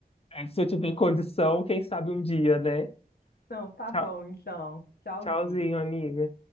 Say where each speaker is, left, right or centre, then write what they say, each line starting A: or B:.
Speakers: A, on the left; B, on the left.
A: É, Se eu tiver condição, quem sabe um dia, né?
B: Não, tá
A: Tchau,
B: bom, então. Tchauzinho.
A: tchauzinho, amiga.